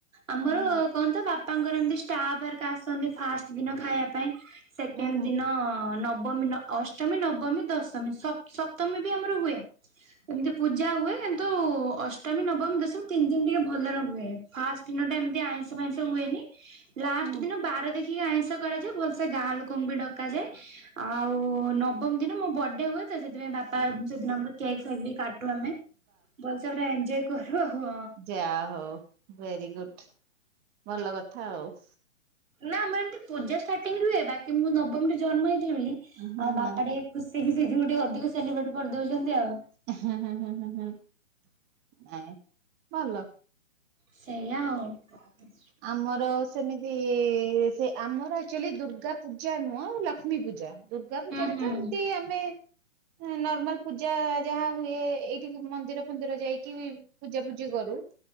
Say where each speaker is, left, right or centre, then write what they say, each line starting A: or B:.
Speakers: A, on the right (about 85°); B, on the right (about 25°).
A: ଆମର
B: ଉଁ ହୁଁ
A: କୁହନ୍ତି ତ ବାପାଙ୍କର ଏମିତି ଷ୍ଟାପ ହରିକା ଆସନ୍ତି ଫାଷ୍ଟ ଦିନ ଖାଇବା ପାଇଁ ସେକେଣ୍ଡ
B: ଉଁ ହୁଁ
A: ଦିନ ନବମୀ ନ ଅ ଅଷ୍ଟମୀ ନବମୀ ଦଶମୀ ସ୍ ସପ୍ତମୀ ବି ଆମର ହୁଏ। ଏମିତି ପୂଜା ହୁଏ କିନ୍ତୁ ଅଷ୍ଟମୀ ନବମୀ ଦଶମୀ ତିନି ଦିନ ଟିକେ ଭଲରେ ହୁଏ। ଫାଷ୍ଟ ଦିନ ଟା ଏମିତି ଆଇଁଷ ଫାଇଁସ ହୁଏନି ଲାଷ୍ଟ
B: ହୁଁ
A: ଦିନ ବାର ଦେ କି ଆଇଁଷ କରାଯାଏ ଭଲସେ ଗାଁ ଲୋକଙ୍କୁ ବି ଡକାଯାଏ ଆଉ ନ ନବମୀ ଦିନ ମୋ ବର୍ଥଡେ ହୁଏ ତ ସେଥିପାଇଁ ବାପା ସେଦିନ ମୋର କେକ୍ ଫେକ୍ ବି କାଟ୍ କାଟୁ ଆମେ ଭଲସେ ପୁରା ଏଞ୍ଜୋୟ୍ କରୁ ହୋ ହଁ।
B: ଯାହା ହୋଉ ଭେରି ଗୁଡ୍‌ ଭଲ କଥା ଆଉ
A: ନା ଆମେ ଏମିତି ପୂଜା ଷ୍ଟାର୍ଟିଂ ବି ହେବା କିନ୍ତୁ ମୁଁ ନବମୀରେ ଜନ୍ମ ହେଇଥିଲି ବୋଲି
B: ହୁଁ ହୁଁ
A: ଆଉ
B: ହୁଁ
A: ବାପା ଟିକେ ଖୁସି ସିଜି ଟିକେ ଅଧିକ ସେଲିବ୍ରେଟ କରିଦୋଉଛନ୍ତି ଆଉ।
B: ହୁଁ ହୁଁ ହୁଁ ହୁଁ ନାଇଁ ଭଲ।
A: ସେଇୟା ଆଉ କହ
B: ଆମର ସେମିତି ସେ ଆମର ଏକ୍ଟୁଆଲି ଦୁର୍ଗା ପୂଜା ନୁହଁ ଲକ୍ଷ୍ମୀ ପୂଜା। ଦୁର୍ଗା ପୂଜାରେ
A: ହୁଁ ହୁଁ
B: ତ ଏମିତି ଆମେ ନର୍ମାଲ ପୂଜା ଯାହା ହୁଏ ଏଇଠିକୁ ମନ୍ଦିର ଫନ୍ଦିର ଯାଇକି ପୂଜା ପୂଜି କରୁ।